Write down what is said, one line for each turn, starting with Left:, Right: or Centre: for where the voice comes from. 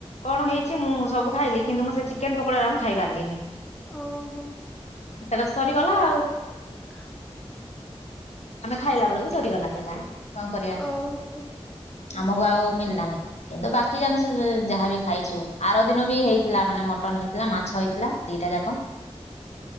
Left: କଣ ହେଇଛି ମୁଁ ସବୁ ଖାଇଲି କିନ୍ତ ମୁଁ ସେଇ ଚିକେନ ପକୋଡା ଟା ମୁଁ ଖାଇପାରିଲିନି।
Centre: ଓହୋ।
Left: ଆଉ ସେଟା ସରିଗଲା ଆଉ।
Centre: <inaudible>
Left: ଆମେ ଖାଇଲା ବେଳକୁ ସରିଗଲା ସେଟା। କଁ କରିବା
Centre: ଓହୋ
Left: ଆମୁକୁ ଆଉ ମିଳିଲାନି। କିନ୍ତୁ ବାକି <unintelligible> ଯାହା ବି ଖାଇଛୁ ଆର ଦିନ ବି ହେଇଥିଲା, ମାନେ ମଟନ ହେଇଥିଲା। ମାଛ ହେଇଥିଲା ଦିଟା ଯାକ।
Centre: ହ <unintelligible>